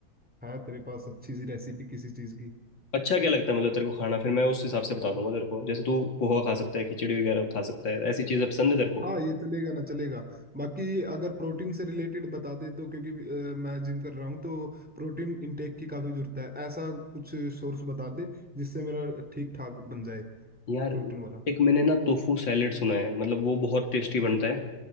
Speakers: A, in the centre; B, on the left (about 80°).
A: है तेरे पास अच्छी सी रेसिपी किसी चीज की
B: अच्छा क्या लगता है मतलब तेरे को खाना फिर मैं उस हिसाब से बता दूंगा तेरे को जैसे तू पोहा खा सकता है खिचड़ी वगैरह खा सकता है ऐसी चीज़ें पसंद है तेरे को
A: हाँ ये चलेगा ना चलेगा बाकी अगर प्रोटीन से रिलेटेड बता दे तो क्योंकि अ, मैं जिम कर रहा हूँ तो प्रोटीन इनटेक की काफी जरूरत है ऐसा कुछ सोर्स बता दे जिससे मेरा ठीक ठाक बन जाए
B: यार
A: प्रोटीन वाला
B: एक मैंने ना टोफू सैलेड सुना है मतलब वो बहुत टेस्टी बनता है